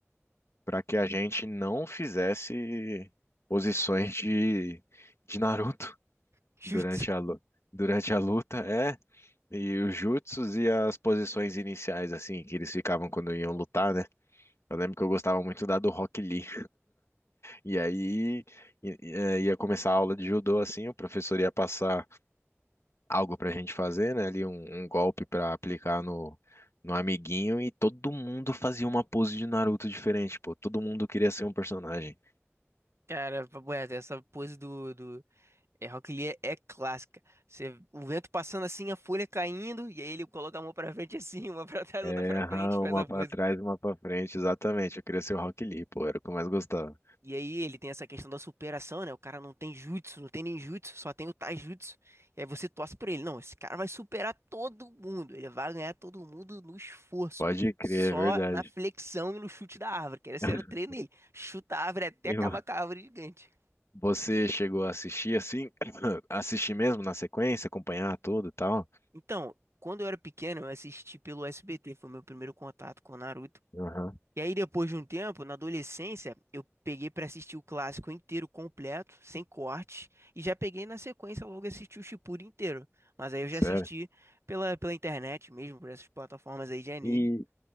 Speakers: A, on the left; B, on the right.
A: para que a gente não fizesse posições de, de Naruto
B: <laughs> Chutz.
A: durante a, lu- durante a luta. É, e os jutsus e as posições iniciais, assim, que eles ficavam quando iam lutar, né? Eu lembro que eu gostava muito da do Rock Lee. E aí i- i- eh, ia começar a aula de judô assim, o professor ia passar algo pra gente fazer, né? Ali um, um golpe pra aplicar no, no amiguinho e todo mundo fazia uma pose de Naruto diferente, pô. Todo mundo queria ser um personagem.
B: Cara, papo reto, essa pose do É, Rock Lee é, é clássica. Você, o vento passando assim, a folha caindo, e aí ele coloca a mão pra frente assim, <laughs> uma pra trás,
A: É,
B: outra pra
A: aham,
B: frente, faz
A: uma
B: a
A: pra
B: pose.
A: trás, uma pra frente, exatamente. Eu queria ser o Rock Lee, pô, era o que eu mais gostava.
B: E aí ele tem essa questão da superação, né? O cara não tem jutsu, não tem nem jutsu, só tem o taijutsu. E aí você torce pra ele. Não, esse cara vai superar todo mundo. Ele vai ganhar todo mundo no esforço.
A: Pode crer,
B: Só
A: é verdade.
B: na flexão e no chute da árvore, que esse
A: <laughs>
B: era o treino dele. Chuta a árvore até
A: E
B: acabar
A: vo-
B: com a árvore gigante.
A: você chegou a assistir assim? <coughs> <clears throat> Assistir mesmo na sequência, acompanhar tudo e tal?
B: Então, quando eu era pequeno, eu assisti pelo SBT, foi meu primeiro contato com Naruto.
A: Aham,
B: E aí, depois de um tempo, na adolescência, eu peguei pra assistir o clássico inteiro completo, sem corte, e já peguei na sequência logo assisti o Shippuden inteiro. Mas aí eu já
A: sério.
B: assisti pela, pela internet mesmo, por essas plataformas aí de anime.
A: E